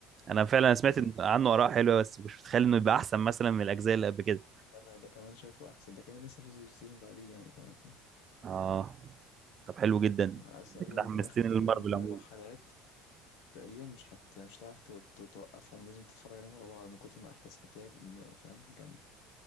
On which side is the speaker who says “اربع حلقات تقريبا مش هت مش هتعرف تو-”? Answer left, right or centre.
Left